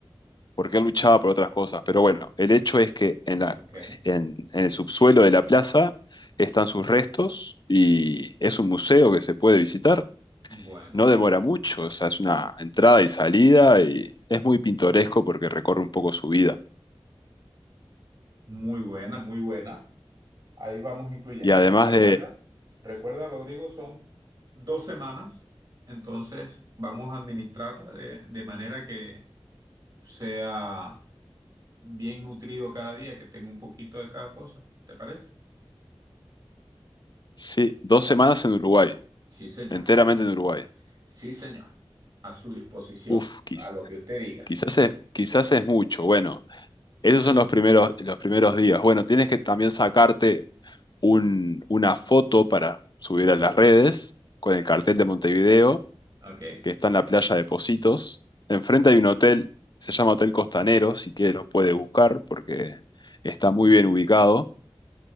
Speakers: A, on the left; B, on the right.
A: porque él luchaba por otras cosas. Pero bueno, el hecho es que en la,
B: ok.
A: en, en el subsuelo de la plaza están sus restos y es un museo que se puede visitar.
B: Bueno,
A: No demora mucho, o sea, es una entrada y salida y es muy pintoresco porque recorre un poco su vida.
B: muy buena, muy buena. Ahí vamos incluyendo.
A: Y además
B: Recuerda,
A: de...
B: recuerda, Rodrigo, son dos semanas, entonces vamos a administrarla de, de manera que sea bien nutrido cada día, que tenga un poquito de cada cosa. ¿Te parece?
A: Sí, dos semanas en Uruguay,
B: Sí, señor.
A: enteramente en Uruguay.
B: Sí, señor. A su disposición,
A: Uf, quiz-
B: a lo que usted diga.
A: quizás es, quizás es mucho. Bueno, esos
B: ¿Tú crees?
A: son los primeros, los primeros días. Bueno, tienes que también sacarte un- una foto para subir a las redes con el cartel de Montevideo,
B: Ok.
A: que está en la playa de Positos. Enfrente hay un hotel, se llama Hotel Costanero, si quieres lo puedes buscar porque está muy bien ubicado.